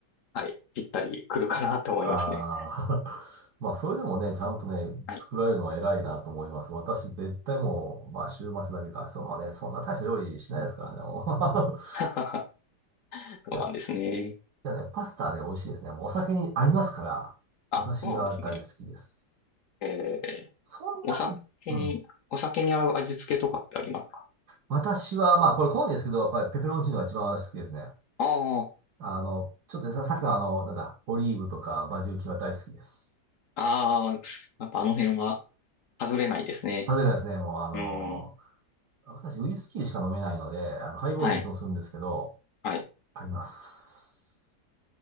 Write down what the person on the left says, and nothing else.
はい、ぴったりくるかなと思いますね。
はい。
<laughs> そうなんですね。
あ、
そうなんですね。えー、
お酒に、
お酒に合う味付けとかってありますか
あ
あ、ああ、やっぱあの辺は外れないですね。
うん。
はい、はい、